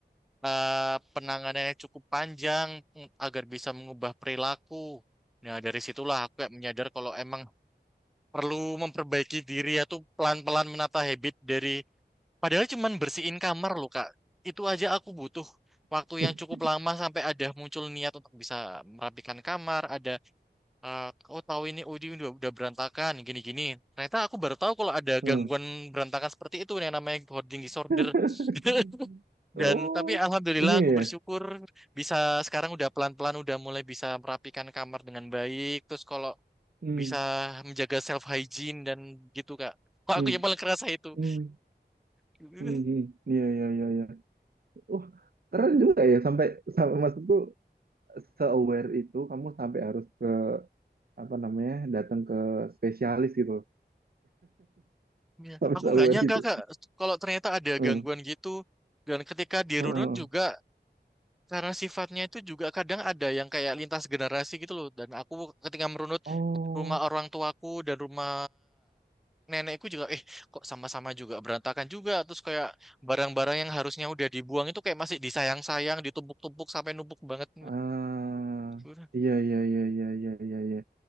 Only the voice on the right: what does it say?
<laughs>
Hmm.
<laughs>
Oh,
iya.
ya.
Hmm.
Hmm.
Hmm.
Hmm. hmm. Iya, iya, iya, iya. Wah, keren juga ya sampai sampai maksudku se-aware itu kamu sampai harus ke apa namanya? datang ke spesialis gitu. <laughs>
Sampai
se-aware
itu.
Heeh.
Heeh.
Oh,
ah,
iya, iya, iya, iya, iya, iya, iya.